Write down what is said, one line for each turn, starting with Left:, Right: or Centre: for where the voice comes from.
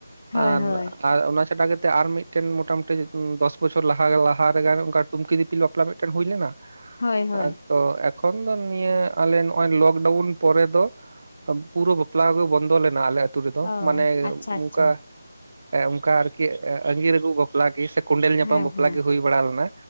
Left: ᱦᱳᱭ
Right: ᱟᱨ
Left: ᱦᱳᱭ
Right: ᱟᱨ ᱚᱱᱟ ᱪᱷᱟᱰᱟ ᱠᱟᱛᱮᱫ ᱟᱨ ᱢᱤᱫᱴᱮᱱ ᱢᱚᱴᱟ ᱢᱩᱴᱤ ᱫᱚᱥ ᱵᱚᱪᱷᱚᱨ ᱞᱟᱦᱟ ᱞᱟᱦᱟ ᱨᱮ ᱜᱟᱱ ᱚᱱᱠᱟ ᱴᱩᱢᱠᱤ ᱫᱤᱯᱤᱞ ᱵᱟᱯᱞᱟ ᱢᱤᱫᱴᱮᱱ ᱦᱳᱭ ᱞᱮᱱᱟ᱾
Left: ᱦᱳᱭ ᱦᱳᱭ᱾
Right: ᱟᱨ ᱛᱚ ᱮᱠᱷᱚᱱ ᱫᱚ ᱱᱤᱭᱟᱹ ᱟᱞᱮ ᱱᱚᱜ-ᱚᱭ ᱞᱚᱠᱰᱟᱣᱩᱱ ᱯᱚᱨᱮ ᱫᱚ ᱯᱩᱨᱟᱹ ᱵᱟᱯᱞᱟ ᱜᱮ ᱵᱚᱱᱫᱚ ᱞᱮᱱᱟ ᱟᱞᱮ ᱟᱹᱛᱩ ᱨᱮᱫᱚ
Left: ᱚ
Right: ᱢᱟᱱᱮ
Left: ᱟᱪᱪᱷᱟ ᱟᱪᱪᱷᱟ
Right: ᱚᱱᱠᱟ ᱚᱱᱠᱟ ᱟᱨᱠᱤ ᱟᱸᱜᱤᱨ ᱟᱹᱜᱩ ᱵᱟᱯᱞᱟ ᱜᱮ ᱥᱮ ᱠᱚᱸᱰᱮᱞ ᱧᱟᱯᱟᱢ
Left: ᱦᱮᱸ
Right: ᱵᱟᱯᱞᱟ
Left: ᱦᱮᱸ
Right: ᱜᱮ ᱦᱩᱭ ᱵᱟᱲᱟ ᱞᱮᱱᱟ,